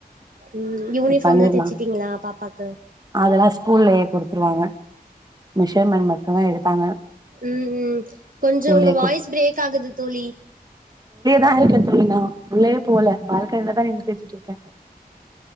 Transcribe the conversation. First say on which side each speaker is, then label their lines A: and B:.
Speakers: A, on the right; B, on the right.
A: ம் யூனிஃபார்ம்லா
B: பண்ணிர்லா
A: தெச்சிட்டீங்களா பாப்பாக்கு
B: அதெல்லா ஸ்கூல்லயே குடுத்துருவாங்க மிஷர்மென் மட்டுந்தா எடுத்தாங்க
A: ம் ம் கொஞ்சோ
B: ஸ்கூல்லயே
A: உங்க வாய்ஸ்
B: குடு
A: பிரேக் ஆகுது தோழி
B: அ இருக்கே தோழி நா உள்ளயே போகல பால்கனில தா நின்னு பேசிட்டுருக்க